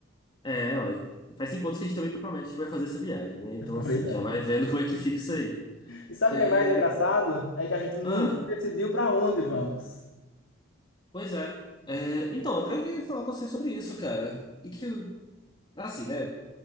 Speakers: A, on the left; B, on the left.
A: É, ué. Faz cinco anos que a gente também promete que vai fazer essa viagem, né? Então,
B: <laughs> Pois
A: assim,
B: é.
A: já vai vendo como é que fica isso aí.
B: E sabe
A: É...
B: o que é mais engraçado? É que a gente nunca
A: Ah,
B: decidiu para onde vamos,
A: pois é. É, Então, até eu queria falar com você sobre isso, cara. E que, assim, né?